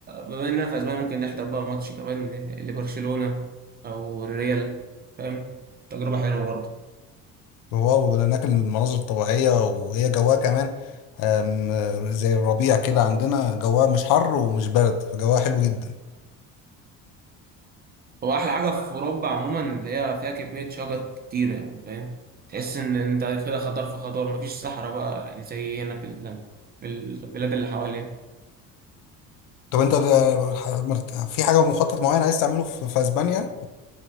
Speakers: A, on the right; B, on the left.
A: بما اننا في اسبانيا ممكن نحضر بقى ماتش كمان ل- لبرشلونه او الريال فاهم تجربه حلوه برضو
B: وهو هناك المناظر الطبيعيه وهي جواها كمان أم، زي الربيع كده عندنا جواها مش حر ومش برد فجواها حلو جدا
A: هو احلى حاجه في اوروبا عموما اللي هي فيها كميه شجر كتير يعني فاهم تحس ان انت كده خضار في خضار مفيش صحراء بقى يعني زي هنا في ال- في البلاد اللي حوالينا
B: طب انت ب- ح- مرت- في حاجه مخطط معين عايز تعمله في في اسبانيا